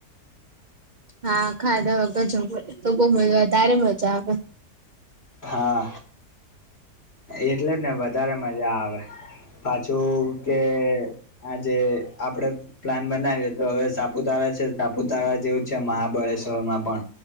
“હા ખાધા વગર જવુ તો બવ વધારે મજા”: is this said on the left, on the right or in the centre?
Right